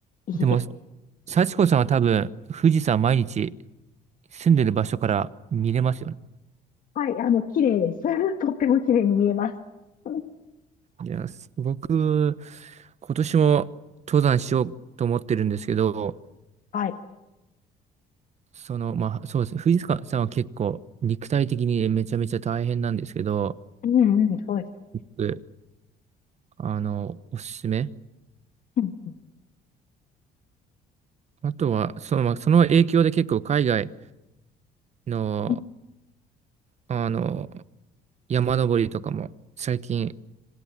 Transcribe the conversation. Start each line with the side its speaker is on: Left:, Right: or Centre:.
Left: いいですね。
Right: でも、幸子さんは多分富士山毎日住んでる場所から見れますよね。
Left: はい、あの、綺麗です。<laughs> とっても綺麗に見えます。お
Right: いや、す僕、今年も登山しようと思ってるんですけど、
Left: はい。
Right: その、まあ、そうです。富士山さんは結構肉体的にめちゃめちゃ大変なんですけど、
Left: うんうん、そうですよ。
Right: 僕あの、おすすめ。
Left: うんうん。
Right: あとは、その、まあその影響で結構海外の、
Left: うん
Right: あの、山登りとかも最近、